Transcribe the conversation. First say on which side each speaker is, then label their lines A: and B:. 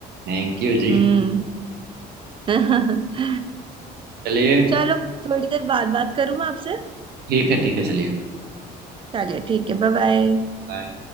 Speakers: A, on the right (about 70°); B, on the right (about 30°).
A: थैंक यू जी
B: हम्म <laughs>
A: चलिए
B: चलो थोड़ी देर बाद बात करूँ मैं आपसे
A: ठीक है ठीक है चलिए
B: चलिए ठीक है बाय बाय
A: बाय